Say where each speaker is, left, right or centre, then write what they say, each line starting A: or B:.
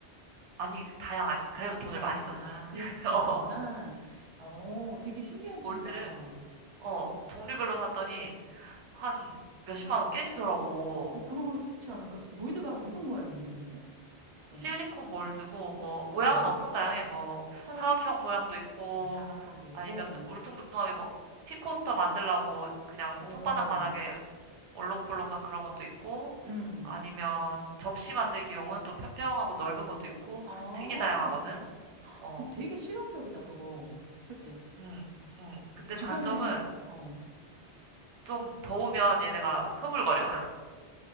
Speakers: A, on the right (about 80°); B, on the right (about 50°).
A: 아니, 다양하지. 그래서 돈을
B: 다양해.
A: 많이 썼지.
B: 아, 그래서
A: <laughs>
B: 비싼
A: 어,
B: 거구나. 어, 되게 신기한 취미다.
A: 몰드를
B: 어,
A: 어, 종류별로 샀더니 한 몇십만 원 깨지더라고.
B: 어, 그렇지 않을까 진짜 몰드가 무슨 모양인데, 근데? 그러면?
A: 실리콘 몰드고 뭐
B: 어,
A: 모양은 엄청 다양해. 뭐
B: 사람?
A: 사각형 모양도 있고
B: 아, 사각형도 있고,
A: 아니면 울퉁불퉁하게 뭐 티코스터 만들라고 그냥
B: 어,
A: 손바닥만하게 올록볼록한 그런 것도 있고
B: 음.
A: 아니면 접시 만들기용은 또 평평하고 넓은 것도 있고
B: 아,
A: 되게 다양하거든. 어,
B: 되게 실용적이다, 그거. 그치?
A: 음, 음. 근데
B: 주변에,
A: 단점은
B: 어.
A: 좀 더우면 얘네가 흐물거려.